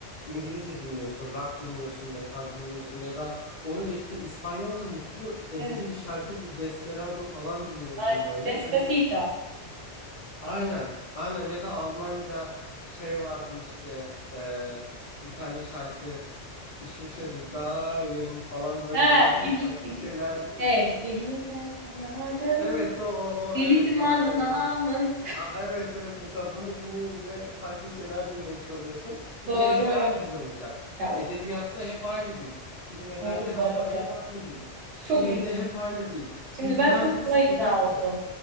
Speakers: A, on the left (about 50°); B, on the right (about 70°).
A: İngilizce dinliyorsun, rock dinliyorsun, metal dinliyorsun ya da onu geçtim İspanyolca mutlu edici
B: Evet.
A: bir şarkı Desperado falan dinliyorsun
B: Aynen.
A: böyle.
B: Despacito.
A: Hani aynen, aynen ya da Almanca şey vardı işte eee, bir tane şarkı İşmiş yazıyor. Dayın falan böyle
B: Ha,
A: anladın
B: il,
A: mı? Farklı
B: il,
A: şeyler.
B: hey, ihliber kanagın,
A: Evet o o o
B: dilitimanın
A: evet tam söyle.
B: amın.
A: Aa, evet evet mesela bunu dinleyince farklı şeyler dinlemiş oluyorsun. Bir
B: Doğru.
A: kere hep aynı dil olacak.
B: Ya, o-
A: Edebiyatta hep aynı dil. Kelimelerde
B: doğru
A: hep,
B: bu arada.
A: hep aynı dil. Şiirde
B: Çok iyi.
A: hep aynı dil.
B: Şimdi
A: Bir
B: ben
A: birazcık
B: çok kolay
A: sıkacaktı.
B: ikna oldum.